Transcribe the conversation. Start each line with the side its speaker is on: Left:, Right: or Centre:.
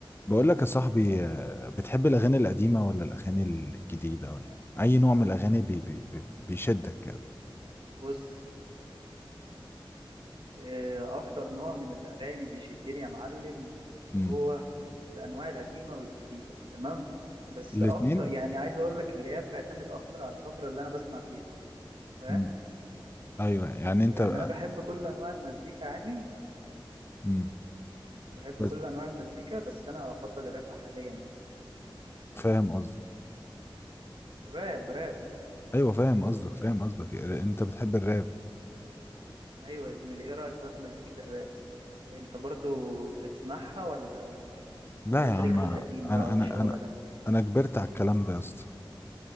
Left: بقول لك يا صاحبي آه، بتحب الأغاني القديمة ولا الأغاني الجديدة ولا أي نوع من الأغاني بي بي بي بيشدك كده
Right: بص آه، اكتر نوع من الاغاني بيشدني يا معلم
Left: امم
Right: هو الانواع القديمه والجديده تمام بس
Left: الاتنين
Right: اكتر يعني عايز اقول لك اللي هي بتعتمد اكتر على الفتره اللي انا بسمع فيها فاهم
Left: امم أيوه يعني أنت
Right: يعني انا بحب كل انواع المزيكا عادي
Left: امم
Right: بحب
Left: بس
Right: كل انواع المزيكا بس انا افضل الراب حاليا يعني
Left: فاهم قصدك
Right: راب راب
Left: أيوه فاهم قصدك فاهم قصدك أنت بتحب الراب
Right: ايوه يا زميلي ايه رايك بقى في مزيكه الراب انت برضو بتسمعها ولا
Left: لا
Right: ولا انت
Left: يا عم
Right: ليك في القديم بقى
Left: أنا
Right: والشغله
Left: أنا أنا
Right: ده
Left: أنا كبرت على الكلام ده يا اسطى